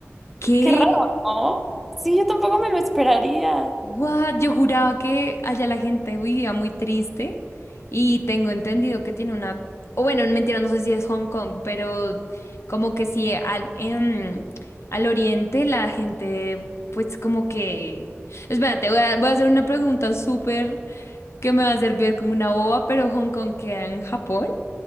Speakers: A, on the left; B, in the centre.
A: ¿Qué?
B: Qué raro, ¿no? Sí, yo tampoco me lo esperaría.
A: What? Yo juraba que allá la gente vivía muy triste y tengo entendido que tiene una... O bueno, mentira, no sé si es Hong Kong, pero como que sí, al, em, al oriente la gente pues como que... Espérate, voy a, voy a hacer una pregunta súper que me va a hacer ver como una boba, pero ¿Hong Kong queda en Japón?